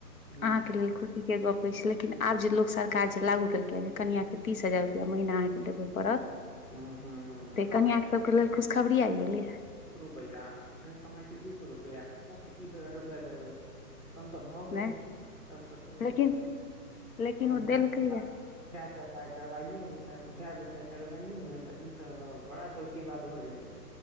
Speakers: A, in the centre; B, on the left.
A: हूँ
B: अहाँके लेल खुशीे गप हो छै लेकिन आब जे लोक सरकार जे लागू केलकै जे कनियाँके तीस हजार रुपैया महीना अहाँके देबै पड़त
A: हूँ हूँ हूँ
B: तै
A: कमाइ
B: कनिय सबके ओय क लेल खुशखबरी आबि गेलै
A: कोन रुपैया हम अपने कमाइ छी दू सै रुपैया कनिया के तीस हजार रुपैया देबै तहन त भाव गेलै
B: नहि
A: तहन त
B: लेकिन लेकिन
A: हू
B: ओ देलकैये
A: गेय बिकल चरबहिये म गाय बेचाय चरबहिये म त ई तऽ बड़ा गलती बात भऽ जेतै